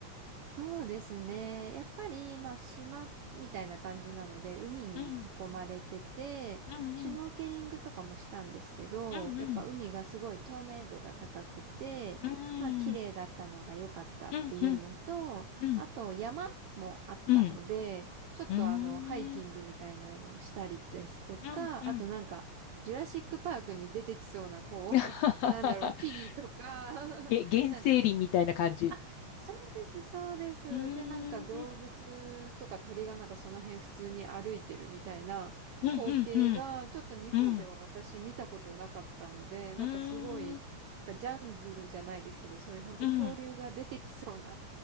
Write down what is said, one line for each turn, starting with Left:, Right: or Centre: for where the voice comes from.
Right: そうですね。やっぱり、まあ、島みたいな感じなので、海に囲まれてて、
Left: うんうんうん
Right: シュノーケリングとかもしたんですけど、
Left: うん
Right: やっぱ海がすごい透明度が高くて、
Left: うんうん
Right: まあ、綺麗だったのが良かったっていうのと、
Left: うんうんうん
Right: あと山もあったので、
Left: うん。
Right: ちょっとあの、
Left: うんうーん。
Right: ハイキングみたいなのをしたりですとか、
Left: うんうん
Right: あとなんか、ジュラシックパークに出てきそうな、こう、
Left: <laughs>。
Right: <laughs> なんだろう、木々とか、
Left: げ原生林みたいな感じ。
Right: <laughs> なんかちょっとあ、そうです、そうです。
Left: うー
Right: で、なんか動物とか鳥がなんかその辺普通に歩いてるみたいな光景が、
Left: ん。うんうんうん。
Right: ちょっと日本では私見たことなかったので、
Left: うん。うん。
Right: なんかすごい、なんかジャングルじゃないですけど、そういう本当恐竜が出てきそうな
Left: うん。